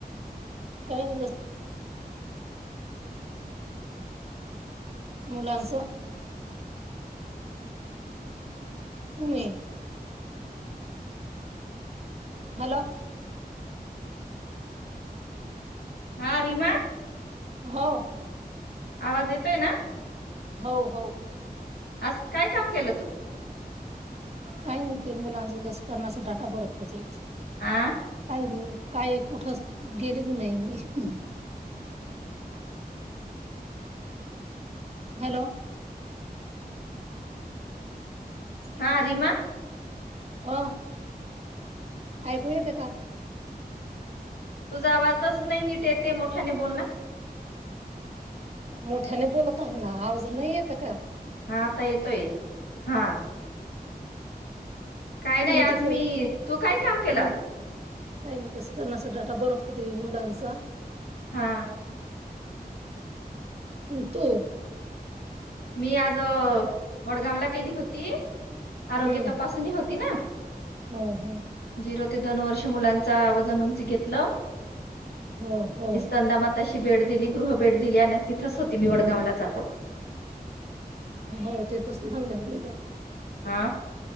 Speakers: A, on the right; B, on the left.
A: काय नाही बस- मूलाच! तुम्ही हॅलो.
B: हा रीमा.
A: हो
B: आवाज येतोय ना?
A: हो हो
B: आज काय काम केलं तु
A: काही नाही ते मुलांच लस करणाच डाटा भरत होते.
B: आ
A: काय नाही. काही कुठच गेलेच नाही मी- हॅलो, <unintelligible>
B: हा रीमा
A: अ ऐकू येते का?
B: तुझा आवाजच नाही नीट येते मोठ्याने बोलना!
A: मोठ्याने बोलत आहे ना! नाही येत का
B: हा आता येतोय हा काय नाही
A: तुम्ही
B: आज
A: तिथे
B: मी
A: येत.
B: तू काय काम केलस.
A: हा काही लसीकरणाचा डाटा भरत होते मुलांचा.
B: हा
A: तु
B: मी आज- वडगाव ला
A: हम्म
B: गेली होती आरोग्य तपासणी होती. होती ना,
A: हम हम्
B: झिरो ते दोन वर्ष मुलां चा आवाजानुंच घेतलं.
A: हो हो.
B: स्तनदा माताशी बेड दिली गृहभेट दिली आणि तिथंच होती मी वडगावलाच आज.
A: हो तेथच थांबले होते का?
B: आ